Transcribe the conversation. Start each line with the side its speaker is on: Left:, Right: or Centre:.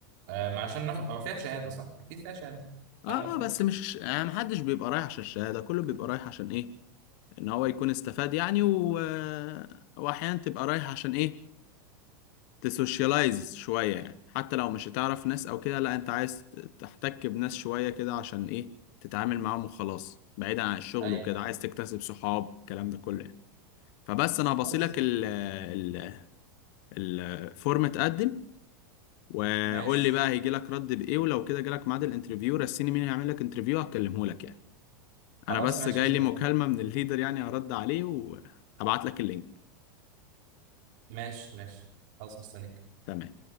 Right: آه ما عشان ناخد هو فيها شهاده صح اكيد فيها شهاده
Left: اه
Right: على ما نخلص
Left: آه، بس مش يعني محدش بيبقى رايح عشان الشهادة كله بيبقى رايح عشان ايه ان هو يكون استفاد يعني و... واحيانا تبقى رايح عشان ايه تسوشيالايز شوية يعني حتى لو مش هتعرف ناس أو كده لا أنت عايز تحتك بناس شوية كده عشان إيه تتعامل معاهم وخلاص بعيدا عن الشغل
Right: ايوه
Left: وكده
Right: ايوه
Left: عايز تكتسب صحاب الكلام ده كله يعني فبس أنا هبصيلك
Right: خلاص
Left: ال ال الفورم اتقدم وقول
Right: ماشي
Left: لي بقى هيجي لك رد بإيه ولو كده جالك ميعاد الانترفيو رسيني مين هيعمل لك انترفيو هكلمه لك يعني
Right: خلاص
Left: أنا بس
Right: ماشي
Left: جاي
Right: زي
Left: لي
Right: الفل
Left: مكالمة من الليدر يعني هرد عليه وهبعت لك اللينك
Right: ماشي ماشي خلاص مستني
Left: تمام